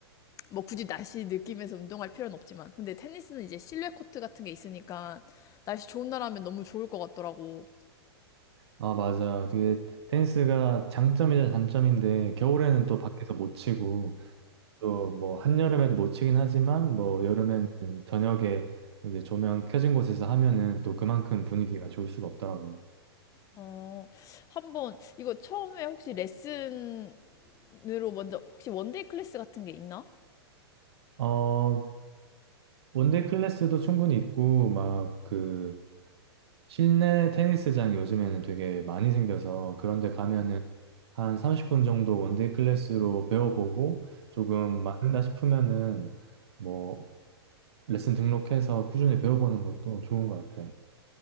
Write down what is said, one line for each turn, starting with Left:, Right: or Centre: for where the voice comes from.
Left: 뭐 굳이 날씨 느끼면서 운동할 필요는 없지만. 근데 테니스는 이제 실내 코트 같은 게 있으니까 날씨 좋은 날 하면 너무 좋을 것 같더라고.
Right: 아, 맞아. 그게 테니스가 장점이자 단점인데 겨울에는 또 밖에서 못 치고 또 뭐 한여름에도 못 치긴 하지만 뭐 여름에는 저녁에 이제 조명 켜진 곳에서 하면은 또 그만큼 분위기가 좋을 수가 없더라고요.
Left: 어, 한번 이거 처음에 혹시 레슨으로 먼저 혹시 원데이 클래스 같은 게 있나?
Right: 어, 원데이 클래스도 충분히 있고 막 그 실내 테니스장이 요즘에는 되게 많이 생겨서 그런 데 가면은 한 30분 정도 원데이 클래스로 배워보고 조금 맞는다 싶으면은 뭐 레슨 등록해서 꾸준히 배워보는 것도 좋은 것 같아.